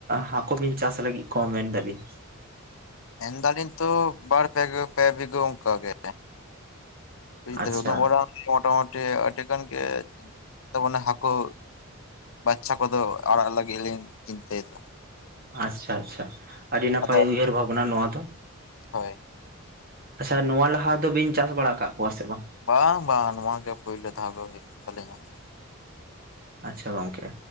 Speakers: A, on the right (about 40°); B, on the left (about 65°).
A: ᱦᱟᱠᱚ ᱵᱤᱱ ᱪᱟᱥ ᱞᱟᱹᱜᱤᱜ ᱠᱚ ᱢᱮᱱ ᱫᱟᱵᱤᱱ?
B: ᱢᱮᱱ ᱫᱟᱲᱤᱧ ᱛᱚ ᱵᱟᱨ ᱯᱮ ᱜᱷᱟᱹ ᱯᱮ ᱵᱤᱜᱷᱟᱹ ᱚᱱᱠᱟ ᱜᱮ᱾ ᱵᱩᱡᱽ
A: ᱟᱪᱪᱷᱟ
B: ᱫᱟᱵᱤᱱ ᱩᱱᱟᱹᱜ ᱢᱟᱨᱟᱝ ᱢᱚᱴᱟᱼᱢᱩᱴᱤ ᱮ ᱟᱹᱰᱤ ᱜᱟᱱ ᱜᱮ <inaudible> ᱛᱚ ᱢᱚᱱᱮ ᱦᱟᱠᱩ ᱵᱟᱪᱪᱟ ᱠᱚᱫᱚ ᱟᱲᱟᱜ ᱞᱟᱹᱜᱤᱫ ᱞᱤᱧ ᱪᱤᱱᱛᱟᱹᱭ ᱫᱟ᱾
A: ᱟᱪᱪᱷᱟ ᱟᱪᱪᱷᱟ ᱟᱰᱤ ᱱᱟᱯᱟᱭ
B: ᱟᱫᱚ
A: ᱩᱭᱦᱟᱹᱨ ᱵᱷᱟᱵᱽᱱᱟ ᱱᱚᱣᱟ ᱫᱚ᱾
B: ᱦᱳᱭ
A: ᱟᱪᱪᱷᱟ ᱱᱚᱣᱟ ᱞᱟᱦᱟ ᱫᱚᱵᱤᱱ ᱪᱟᱥ ᱵᱟᱲᱟᱣ ᱠᱟᱜ ᱠᱚᱣᱟ ᱥᱮ ᱵᱟᱝ?
B: ᱵᱟᱝ ᱵᱟᱝ ᱱᱚᱣᱟ ᱜᱮ ᱯᱳᱭᱞᱳ ᱫᱷᱟᱣ ᱜᱮ ᱦᱩᱭᱩᱜ ᱠᱟᱱ ᱛᱟᱹᱞᱤᱧᱟ ᱾
A: ᱟᱪᱪᱷᱟ ᱜᱚᱝᱠᱮ